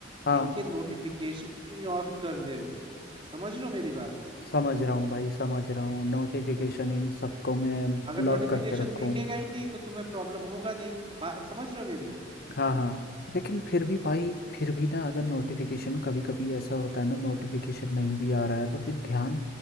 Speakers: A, on the left (about 55°); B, on the right (about 30°).
A: हाँ
B: इनके नोटिफिकेशन ही ऑफ कर दे हो। समझ रहे हो मेरी बात
A: समझ रहा हूँ भाई समझ रहा हूँ नोटिफिकेशन इन सबको मैं ब्लॉक
B: अगर नोटिफिकेशन
A: करके रखूँ
B: दिखेगा ही नहीं तो तुम्हें प्रॉब्लम होगा नहीं बात समझ रहे हो मेरी
A: हाँ हाँ लेकिन फिर भी भाई फिर भी ना अगर नोटिफिकेशन कभी कभी ऐसा होता है ना नोटिफिकेशन नहीं भी आ रहा है तो फिर ध्यान